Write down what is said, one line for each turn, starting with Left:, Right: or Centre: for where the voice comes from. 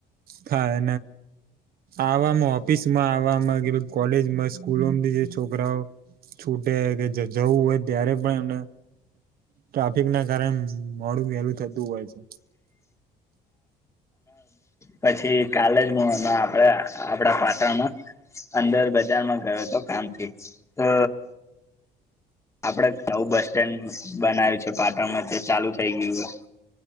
Right: થાય આવામાં ઓફિસમાં આવામાં કે કોલેજમાં સ્કૂલોમાંથી જે છોકરાઓ છૂટે કે જવું હોય ત્યારે પણ એમને ટ્રાફિક ના કારણે મોડું વહેલું થતું હોય છે.
Left: પછી કાલજ મુમાં આપણે આપડા પાટણમાં અંદર બજારમાં ગયો હતો કામથી તો આપડ નવું બસ સ્ટેન્ડ બનાય્યું છે પાટણમાં તે ચાલુ થઈ ગયું હો